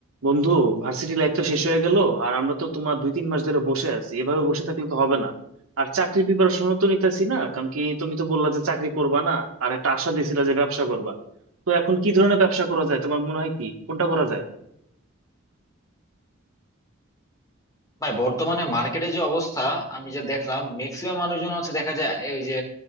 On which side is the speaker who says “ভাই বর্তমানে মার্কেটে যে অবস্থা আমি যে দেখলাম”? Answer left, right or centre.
Left